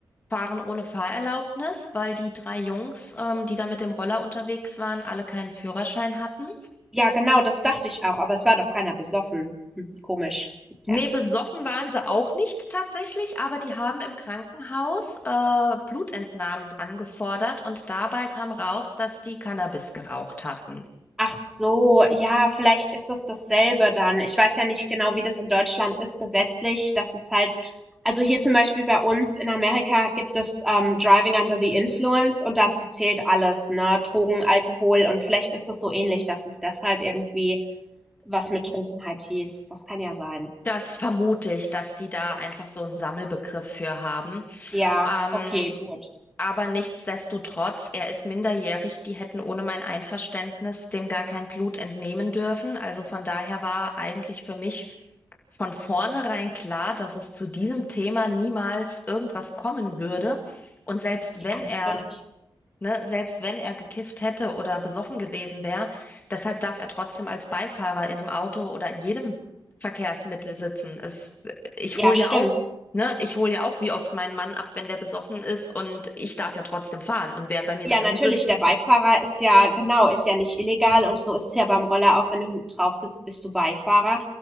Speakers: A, on the left; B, in the centre.
A: fahren ohne Fahrerlaubnis, weil die drei Jungs, ähm, die da mit dem Roller unterwegs waren, alle keinen Führerschein hatten.
B: Ja, genau, das dachte ich auch, aber es war doch keiner besoffen. Hm, komisch.
A: Nee,
B: Ja.
A: besoffen waren sie auch nicht tatsächlich, aber die haben im Krankenhaus, äh, Blutentnahmen angefordert und dabei kam raus, dass die Cannabis geraucht hatten.
B: Ach so, ja, vielleicht ist das dasselbe dann. Ich weiß ja nicht genau, wie das in Deutschland ist gesetzlich, Das ist halt also hier zum Beispiel bei uns in Amerika gibt es ähm, Driving Under the Influence und dazu zählt alles, ne? Drogen, Alkohol und vielleicht ist das so ähnlich, dass es deshalb irgendwie was mit Trunkenheit hieß. Das kann ja sein.
A: Das vermute ich, dass die da einfach so einen Sammelbegriff für haben.
B: Ja,
A: Ähm,
B: okay, gut.
A: aber nichtsdestotrotz, er ist minderjährig. Die hätten ohne mein Einverständnis dem gar kein Blut entnehmen dürfen. Also von daher war eigentlich für mich von vornherein klar, dass es zu diesem Thema niemals irgendwas kommen würde. Und selbst
B: Ja,
A: wenn er
B: natürlich.
A: ne, selbst wenn er gekifft hätte oder besoffen gewesen wäre, deshalb darf er trotzdem als Beifahrer in einem Auto oder in jedem Verkehrsmittel sitzen. Es, ich
B: Ja,
A: hole
B: stimmt.
A: ja auch, ne, ich hole ja auch wie oft meinen Mann ab, wenn der besoffen ist und ich darf ja trotzdem fahren. Und wer bei mir
B: Ja,
A: drin
B: natürlich,
A: sitzt,
B: der Beifahrer ist ja genau, ist ja nicht illegal und so ist es ja beim Roller auch, wenn du hinten drauf sitzt, bist du Beifahrer.